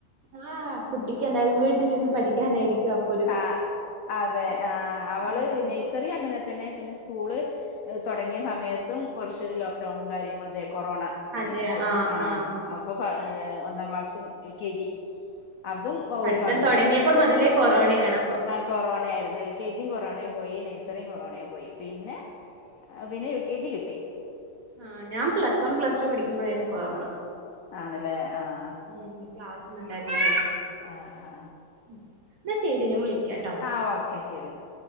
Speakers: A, on the right; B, on the left.
A: ആഹ് കുട്ടിക്ക് എന്തായാലും വീട്ടിലിരുന്ന് പഠിക്കാനായിരിക്കും അബ്
B: ആഹ് അതെ ആ അവള്
A: ഉം
B: നെയ് സെറി അനെങ്ങനെ തന്നെ. പിന്നെ സ്കൂള് തുടങ്ങിയ സമയത്തും കൊർച്ച് ലോ ക് ഡൗണും കാര്യങ്ങളും തേ കൊറോണ
A: അതെ ആഹ്
B: ആ
A: ആഹ്
B: അപ് ഇപ്പൊ ഫ ഏ ഒന്നാംക്ലാസ് എൽ കെ ജി. അതും
A: പഠിത്തം
B: ഒരു പകുതി
A: തുടങ്ങിയപ്പോ മുതലേ കൊറോണയാണപ്പൊ.
B: കൊറോണയായിരുന്നു. എൽ കെ ജിം കൊറോണേയി
A: ഉം
B: പോയി. നെഴ്സറിയും കൊറോണേയി പോയി. പിന്നെ, പിന്നെ യു കെ ജി കിട്ടി.
A: ആഹ് ഞാൻ പ്ലസ് വൺ പ്ലസ് ടു പഠിക്കുമ്പോയിരുന്നു കൊറോണ.
B: ആണല്ലേ ആഹ്.
A: ഉം ക്ലാസൊന്നും ഉണ്ടായിരുന്നില്ലല്ലോ.
B: ആ ആ
A: ഉം ന്നാ ശെരി ഞാൻ വിളിക്കാട്ടോ.
B: ആഹ് ഓക്കെ ശെരി ന്നാ.